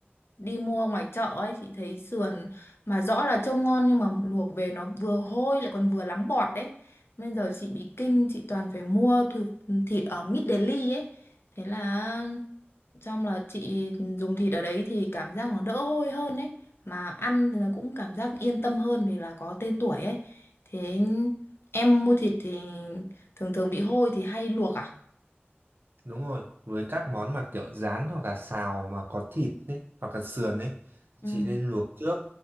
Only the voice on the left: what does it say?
đi mua ngoài chợ ấy chị thấy sườn mà rõ là trông ngon nhưng mà luộc về nó vừa hôi lại còn vừa lắm bọt đấy Bây giờ chị bị kinh chị toàn phải mua thu- thịt ở Mid Daily ấy Thế là xong là chị dùng thịt ở đấy thì cảm giác nó đỡ hôi hơn ấy Mà ăn thì là cũng cảm giác yên tâm hơn vì là có tên tuổi ấy Thế em mua thịt thì thường thường bị hôi thì hay luộc à?
Ừ.